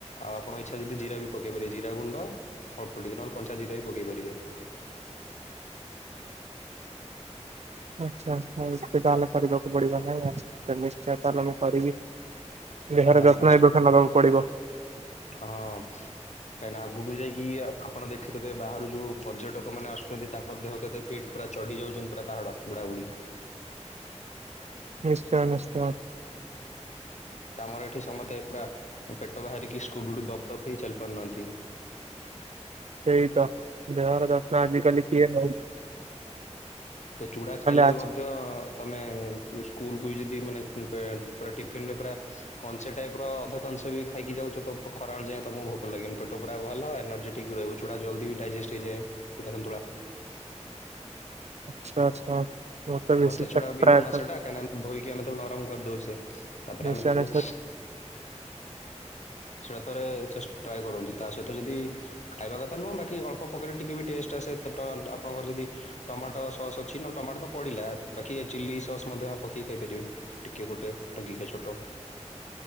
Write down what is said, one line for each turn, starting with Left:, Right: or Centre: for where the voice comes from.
Left: ଆଉ ଆପଣ ଇଚ୍ଛା ଯଦି ଜିରା ବି ପକେଇ ପାରିବେ ଜିରା ଗୁଣ୍ଡ ଅଳ୍ପ ଟିକେ ନହେଲେ କଞ୍ଚା ଜିରା ବି ପକେଇ ପାରିବେ।
Right: ଆଚ୍ଛା ଆଚ୍ଛା ନିଶ୍ଚୟ ତାହେଲେ କରିବାକୁ ପଡିବ ନାହିଁ ଆ ନିଶ୍ଚୟ ତାହେଲେ ମୁଁ କରିବି। ଦେହହାର
Left: ଆପଣ
Right: ଯତ୍ନ
Left: ଆବାସ
Right: ଏବେଖା ନବାକୁ ପଡିବ।
Left: ହଁ। କାହିଁକି ନା ଆଗକୁ ଯାଇକି ଆପଣ ଦେଖିଥିବେ ବାହାରୁ ଯୋଉ ପର୍ଯ୍ୟଟକ ମାନେ ଆସୁଛନ୍ତି। ତାଙ୍କର ଦେହ କେତେ ଫିଟ୍ ପୁରାଢି ଯାଉଛନ୍ତି ପୁରା ପାହାଡ ବୁଢା ବୁଢୀ
Right: ନିଶ୍ଚୟ ନିଶ୍ଚୟ
Left: ତ ଆମର ଏଠି ସମସ୍ତେ ପୁରା ପେଟ ବାହାରିକି ସ୍କୁବିଡୁ ଦପ ଦପ ହେଇ ଚାଲି ପାରୁନାହାନ୍ତି
Right: ସେଇ ତ ବହାରଣ ଆଜିିକାଲି କିଏ ନା
Left: ତ ଚୁଡା ଖାଇଲେ
Right: ଆଜି
Left: ବି ମଧ୍ୟ ତମେ ସ୍କୁଲକୁୁ ବି ଯଦି ମାନେ ପ ଟିଫିନରେ ପୁରା କଂସେ ଟାଇପ ର ଅଧ କଂସ ବି ଖାଇକି ଯାଉଛ ତ ଖରାଳ ଯାଏଁ ତମକୁ ଭ କ ପେଟ ପୁରା ଭଲ ଏନର୍ଜେଟିକ ବି ରହିବ ଚୁାଲ୍ଦି ଡାଇଜେଷ୍ଟ ହେଇଯାଏୁାନ୍ତୁା
Right: ଆଚ୍ଛା ଆଚ୍ଛା ମତେ ବେଶୀ
Left: କଞ୍ଚା ଛୁଡ଼ା ବି
Right: ପ୍ରାୟତଃ
Left: ନୁହନା ସେଇଟା କାହିଁକିନା ଧୋଇକି ଆମେ ତାକୁ ନରମ କରିଦଉଛେ ତାପରେ
Right: ନିଶା
Left: ଆମେ ତାକୁ
Right: ନିଶା
Left: ସେଇଟା ଥରେ ଟ୍ରାଏ କରନ୍ତୁ ତା ସହିତ ଯଦି ଖାଇବା କଥା ନୁହଁ ବାକି ଅଳ୍ପ ପକରେ ଟିକେ ବି ଟେଷ୍ଟ ଆସେ ଆପଣଙ୍କର ଯଦି ଟମାଟୋ ସସ୍ ଅଛି ନହଲେ ଟମାଟୋ ତ ପଡିଲା ବାକି ଚିଲି ସସ୍ ମଧ୍ୟ ପକେଇକି ଖାଇପାରିବେ ଟିକେ ଗୋଟେ ଟଙ୍କିକା ଛୋଟ